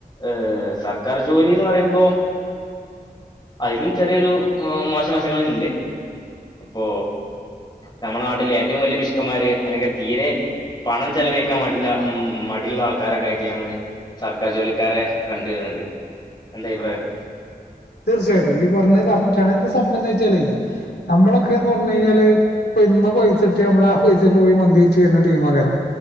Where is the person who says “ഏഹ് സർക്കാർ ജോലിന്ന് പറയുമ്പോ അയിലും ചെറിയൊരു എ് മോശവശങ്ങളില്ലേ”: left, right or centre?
Left